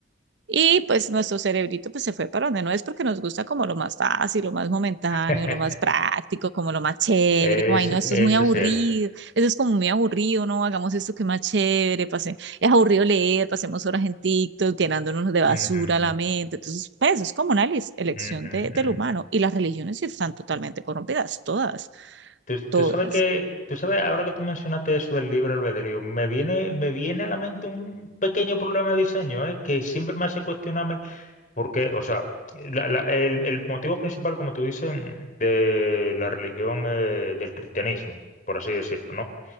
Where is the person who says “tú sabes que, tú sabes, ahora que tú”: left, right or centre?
Left